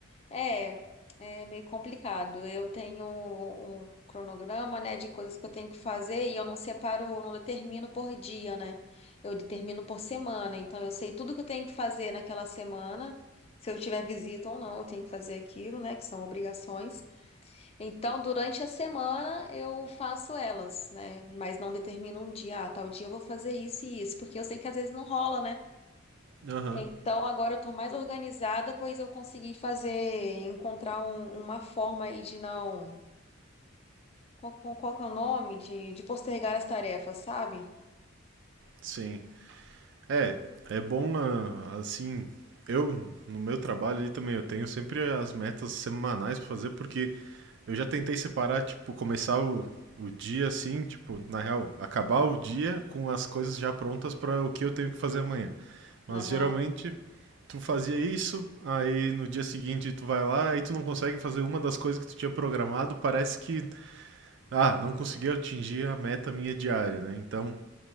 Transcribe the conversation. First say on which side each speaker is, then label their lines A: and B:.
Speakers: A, on the left (about 30°); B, on the right (about 60°).
A: É, é meio complicado. Eu tenho um um cronograma, né, de coisas que eu tenho que fazer e eu não separo, eu não determino por dia, né? Eu determino por semana. Então eu sei tudo que eu tenho que fazer naquela semana. Se eu tiver visita ou não, eu tenho que fazer aquilo, né, que são obrigações. Então, durante a semana eu faço elas, né? Mas não determino um dia, ah, tal dia eu vou fazer isso e isso, porque eu sei que às vezes não rola, né?
B: Aham.
A: Então agora eu tô mais organizada, pois eu consegui fazer, encontrar um- uma forma aí de não. Qual, qual, qual que é o nome? De, de postergar as tarefas, sabe?
B: Sim. É,
A: Hum,
B: é bom ah, assim. Eu, no meu trabalho ali também, eu tenho sempre as metas semanais pra fazer, porque eu já tentei separar, tipo, começar o, o dia assim, tipo, na real, acabar o dia com as coisas já prontas pra o que eu tenho que fazer amanhã. Mas
A: Aham,
B: geralmente tu fazia isso, aí no dia seguinte tu vai lá, aí tu não consegue fazer uma das coisas que tu tinha programado, parece que, ah, não consegui atingir a meta minha diária, né? Então